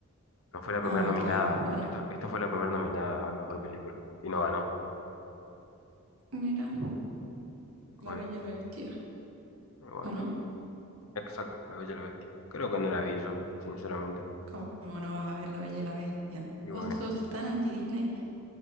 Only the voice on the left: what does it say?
No fue la primera
nominada.
Esto, esto fue la primera nominada a mejor película. Y no ganó.
Bueno,
eh, bueno.
Exacto, La Bella y la Bestia. Creo que no la vi yo, sinceramente.
Y
bueno.